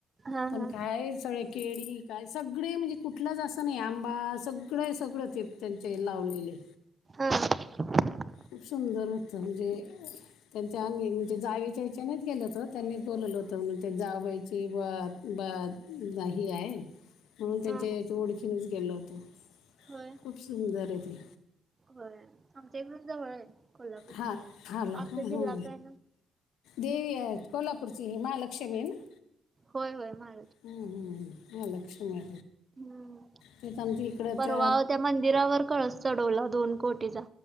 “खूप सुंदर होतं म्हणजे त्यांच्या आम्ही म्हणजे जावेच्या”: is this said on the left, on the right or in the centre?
Left